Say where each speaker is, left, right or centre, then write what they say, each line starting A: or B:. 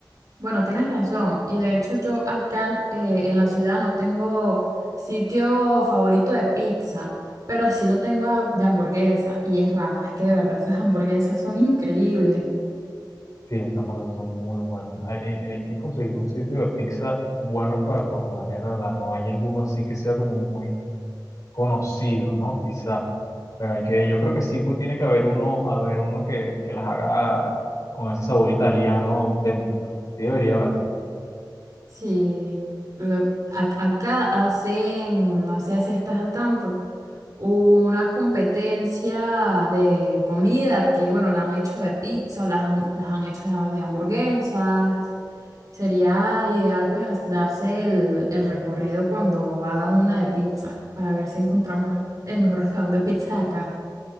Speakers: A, on the right; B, on the left.
A: Bueno, tienes razón. Y de hecho yo acá eh, en la ciudad no tengo sitio favorito de pizza, pero sí lo tengo a- de hamburguesa. Y es Rafa, es que de verdad esas hamburguesas son increíbles.
B: Sí, esas hamburguesas son muy buenas. Hay, hay- hay que conseguir un sitio de pizza bueno para probar, es verdad, no hay alguno así que sea como muy conocido, ¿no? Quizá. Pero hay que, yo creo que sí pues, tiene que haber uno, haber uno que, que las haga con ese sabor italiano auténtico. Sí debería haber.
A: Sí, le- a- acá hacen, no sé si estás al tanto, una competencia de comida que, bueno, la han hecho de pizza, las han, las han hecho de de hamburguesas. Sería ideal pues as- darse el, el recorrido cuando hagan una de pizza para ver si encontramos el mejor restaurante de pizza de acá.